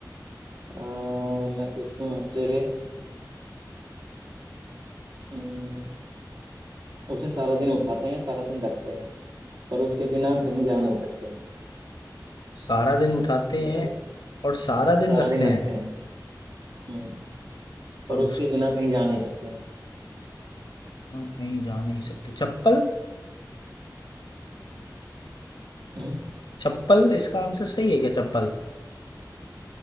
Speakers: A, on the right; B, on the left.
A: अ, मैं पूछूं आपसे हम्म, उसे सारा दिन उठाते हैं सारा दिन रखते हैं पर उसके बिना कहीं जा नहीं सकते हैं
B: सारा दिन उठाते हैं
A: बताओ क्या है?
B: और सारा दिन
A: सारा
B: रखते
A: दिन
B: हैं
A: रखते हैं हम्म पर
B: और
A: उसके
B: उसकी
A: बिना कहीं जा नहीं सकते हैं
B: हम कहीं जा नहीं सकते चप्पल
A: हम्म
B: चप्पल इसका आंसर सही है क्या चप्पल